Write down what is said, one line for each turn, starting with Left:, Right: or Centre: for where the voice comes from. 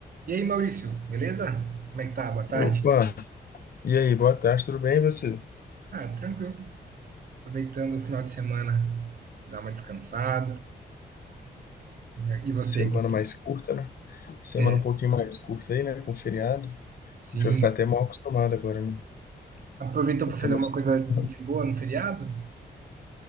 Right: E aí, Maurício, beleza? Como é que tá? Boa tarde.
Left: Opa, e aí, boa tarde, tudo bem e você?
Right: Ah, tranquilo. Aproveitando o final de semana, dar uma descansada. E e você?
Left: Semana mais curta, né? Semana
Right: É,
Left: um pouquinho mais curta aí, né? Com feriado. A
Right: sim.
Left: gente vai ficar até mal acostumado agora, né?
Right: Aproveitou
Left: Eu
Right: para
Left: tenho
Right: fazer alguma
Left: umas-
Right: coisa de
Left: <laughs>
Right: boa no feriado?